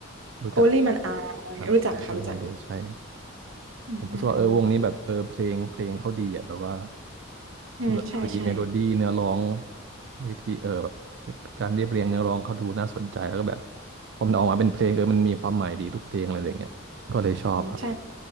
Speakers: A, on the right; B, on the right.
A: รู้จัก
B: โอลี่มันอา
A: อ่าใช่
B: รู้จักค่ะรู้จัก
A: Only Monday ใช่
B: อืมอืมอืม
A: ผมรู้สึกว่าเออวงนี้แบบเออเพลงเพลงเขาดีอ่ะแบบว่า
B: อืมใช่ใช่
A: ดนตรีเมโลดี้เนื้อร้องวิธีเออแบบการเรียบเรียงเนื้อร้องเขาดูน่าสนใจแล้วก็แบบพอมันออกมาเป็นเพลงเออมันมีความหมายดีทุกเพลงอะไรอย่างเงี้ยก็เลยชอบครับ
B: อืมใช่